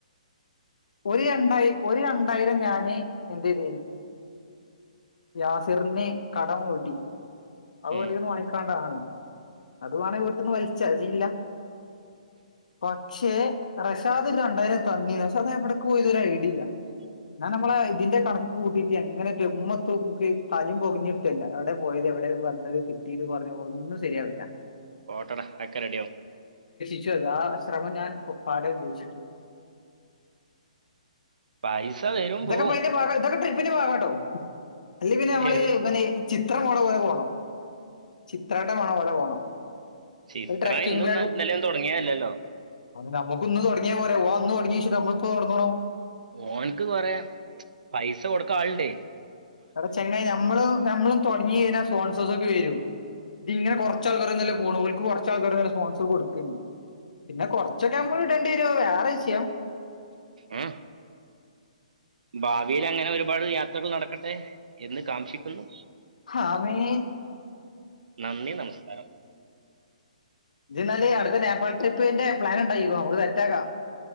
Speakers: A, on the left; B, on the right.
A: ഒര് രണ്ടായി ഒരു രണ്ടായിരം ഞാന് എന്റെത് യാസിറിന് കടം കൂട്ടി അത്
B: ഉം
A: <unintelligible> വാങ്ങിക്കാണ്ടതാണ് അത് വേണെ വീട്ടിന്ന് വലിച്ചാതീല്ല പക്ഷെ റഷാദ് ഒരണ്ടായിരം തന്നി ഷതെവിടക്ക് പോയതൊരൈഡിയേല്ല
B: <unintelligible>
A: ഞാനമ്മളെ ഇതിന്റെ കണക്ക് കൂട്ടീട്ട് എങ്ങന ജമ്മത്ത്ക്ക് തലും പൊങ്ങഞ്ഞിട്ടല്ല എവിടെ പോയത് എവിടെ വന്നത് കിട്ടീത് പറഞ്ഞ ഒന്നും ശെരിയാവില്ല
B: പോട്ടട ആക്കെ റെഡിയാവും
A: ച്ചെതാ ശ്രമം ഞാൻ പാടെ ഉബേഷിച്ചു
B: പൈസ വരും
A: ഇതൊക്ക
B: പോവും
A: <unintelligible> <unintelligible> ട്ടോ അലെ പിന്നെ നമ്മള്
B: ഏത്
A: പിന്നെ ചി ചിത്ര പോണ പോലെ പോണം ചിത്രേട്ട വേണ പോലെ പോണം
B: ചിത്ര
A: ഒരു ട്രക്കിംഗ്
B: ഇന്നുംനാ ഇന്നലെം തൊടങ്ങിയല്ലല്ലോ
A: നമുക്ക് ഇന്ന് തുടങ്ങിയാപോരെ ഓ അന്ന് തൊടങ്ങിഷിട്ട് അമ്മളിപ്പോ ഒടങ്ങണോ
B: ഓൻക്ക് കൊറേ പൈസ കൊടുക്കാളിണ്ടേ
A: എടാചെങ്ങായി നമ്മള് നമ്മള് തൊടങ്ങിതിന <unintelligible> <unintelligible> ദിങ്ങനെ കൊറച്ചാൾക്കാരന്നല്ലേ പോണ് ഓൽക്ക് കുറച്ചാൾക്കാരന്നെ സ്പോൺസർ കൊട്ക്ക്ന്ന് പിന്നെ കൊറച്ചൊക്കെ അമ്മള്ടണ്ടിവരോത് വേറെ വിഷ്യം
B: ആ ഭാവീലങ്ങനെ ഒരുപാട് യാത്രകൾ നടക്കട്ടെ എന്ന് കാംക്ഷിക്കുന്നു
A: ഹാവേ
B: നന്ദി നമസ്--രം
A: ഇജ്ജ്ന്നാല് അടുത്ത നേപ്പാൾ ട്രിപ്പിന്റെ പ്ലാൻ ഇണ്ടാക്കിക്കോ നമുക്ക് സെറ്റാക്കാം